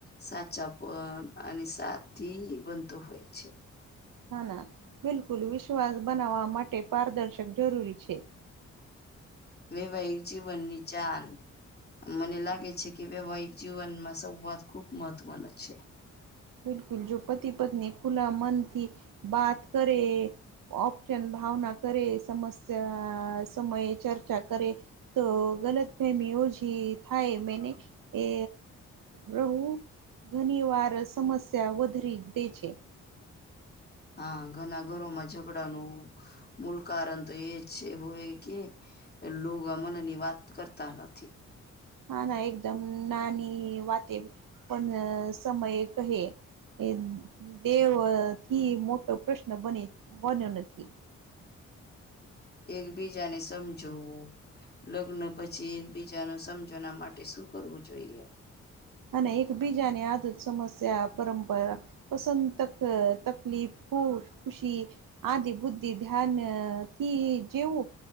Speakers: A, on the left; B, on the right.
A: સાચા પણ અને સાથી બનતો હોય છે.
B: ના ના બિલકુલ વિશ્વાસ બનાવવા માટે પારદર્શક જરૂરી છે.
A: વૈવાહિક જીવનની ચાલ મને લાગે છે કે વૈવાહિક જીવનમાં સંવાદ ખુબ મહત્વનો છે.
B: બિલકુલ જો પતિ પત્ની ખુલા મનથી બાત કરે. ઓપશન ભાવના કરે સમસ્યા સમયે ચર્ચા કરે. તો ગલત ફેમી ઓછ થાય મેને. એ રહું ઘણી વાર સમસ્યા વધારી દે છે.
A: હા ઘના ઘરોમાં ઝઘડાનું. મૂળ કારણ તો એ છે હોય કે. એ લો મનની વાત કરતા નથી.
B: ના ના એકદમ નાની વાતે પણ સમય કહે એ દેહ થી મોટો પ્રશ્ન બને બન્યો નથી.
A: એકબીજાને સમજવું લગ્ન પછી એકબીજા ન સમજના માટે શું કરવું જોઈએ.
B: અને એકબીજાની આદત સમસ્યા પરંપરા. પસંદ તક તકલીફ ખુશ ખુશી આદિ બુદ્ધિ ધ્યાન થી જેવું.